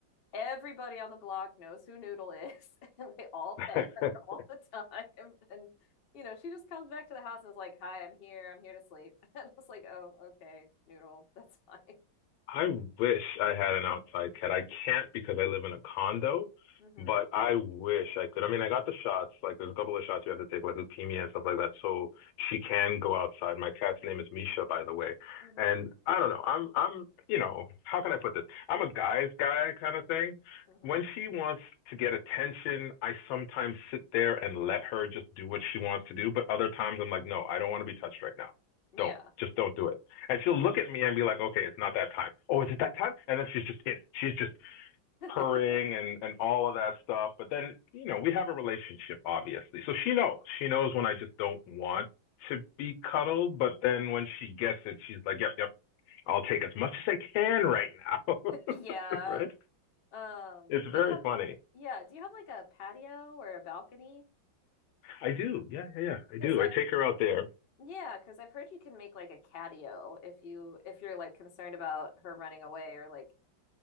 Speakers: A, on the left; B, on the left.
A: everybody on the block knows who Noodle is, <laughs> and they all
B: <laughs>
A: pet her <laughs> all the time. And you know, she just comes back to the house and is like, "Hi, I'm here. I'm here to sleep." <laughs> And it's like, "Oh, okay, Noodle, that's <laughs> fine."
B: I wish I had an outside cat. I can't because I live in a condo,
A: Mm-hmm.
B: but I wish I could. I mean, I got the shots. Like, there's a couple of shots you have to take, like leukemia and stuff like that, so she can go outside. My cat's name is Misha, by the way.
A: Mm-hmm.
B: And I don't know. I'm, I'm, you know, how can I put this? I'm a guy's guy kind of thing.
A: Mm-hmm.
B: When she wants to get attention, I sometimes sit there and let her just do what she wants to do. But other times I'm like, no, I don't want to be touched right now.
A: Yeah.
B: Don't, just don't do it. And she'll look at me and be like, okay, it's not that time. Oh, is it that time? And then she's just in it. She's just
A: <laughs>
B: purring and, and all of that stuff. But then, you know, we have a relationship, obviously. So she knows. She knows when I just don't want to be cuddled. But then when she gets it, she's like, yep, yep, I'll take as much as I can right now.
A: Yeah.
B: <laughs> right?
A: Um,
B: It's
A: do
B: very
A: you have
B: funny.
A: yeah, do you have like a patio or a balcony?
B: I do. Yeah, yeah, yeah. I
A: Because
B: do.
A: I've
B: I take her out there.
A: yeah, because I've heard you can make like a catio if you if you're like concerned about her running away or like